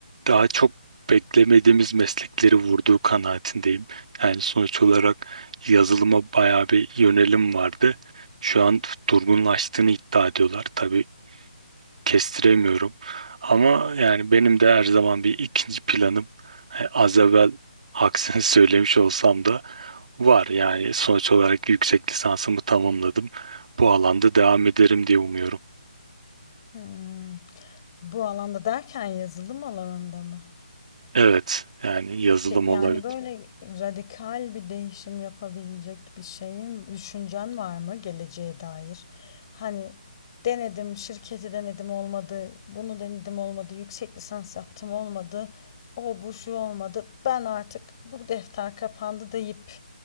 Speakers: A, on the right; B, on the left.
A: daha çok beklemediğimiz meslekleri vurduğu kanaatindeyim. Yani sonuç olarak yazılıma bayağı bir yönelim vardı. Şu an durgunlaştığını iddia ediyorlar. Tabii kestiremiyorum. Ama yani benim de her zaman bir ikinci planım. e, Az evvel aksini <laughs> söylemiş olsam da Var yani sonuç olarak yüksek lisansımı tamamladım. Bu alanda devam ederim diye umuyorum.
B: Hmm. Bu alanda derken yazılım alanında mı?
A: Evet yani yazılım
B: Pe- Yani
A: olabilir.
B: böyle radikal bir değişim yapabilecek bir şeyin düşüncen var mı geleceğe dair? Hani denedim, şirketi denedim olmadı, bunu denedim olmadı, yüksek lisans yaptım olmadı, o bu şu olmadı, ben artık bu defter kapandı deyip